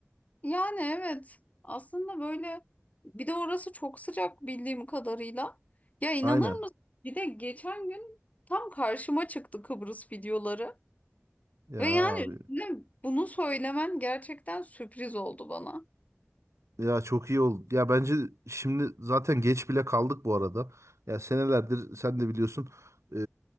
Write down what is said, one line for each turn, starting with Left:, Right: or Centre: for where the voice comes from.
Left: Yani evet aslında böyle bir de orası çok sıcak bildiğim kadarıyla. Ya inanır
Right: Aynen.
Left: mısın? Bir de geçen gün tam karşıma çıktı Kıbrıs videoları.
Right: Ya
Left: Ve
Right: abi.
Left: yani üstüne bunu söylemen gerçekten sürpriz oldu bana.
Right: Ya çok iyi oldu. Ya bence şimdi zaten geç bile kaldık bu arada. Ya senelerdir sen de biliyorsun e,